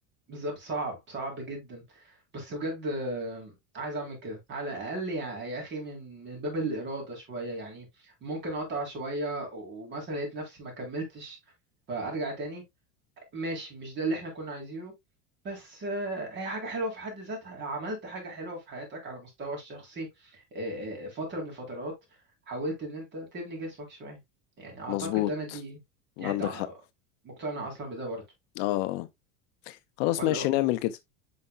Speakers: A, on the right; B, on the left.
A: بالظبط صعب صعب جدا بس بجد آه، عايز اعمل كده على الاقل يا يا اخي من من باب الاراده شويه يعني ممكن اقطع شويه ومثلا لقيت نفسي ما كملتش فارجع تاني ماشي مش ده اللي احنا كنا عايزينه بس آه، هي حاجة حلوة في حد ذاتها عملت حاجة حلوة في حياتك على المستوى الشخصي آه، آه، فترة من الفترات حاولت ان انت تبني جسمك شوية يعني اعتقد
B: مظبوط
A: ده انا دي
B: عندك
A: يعني انت
B: حق
A: مقتنع اصلا بده برضه
B: اه آه. خلاص
A: فلا
B: ماشي نعمل كده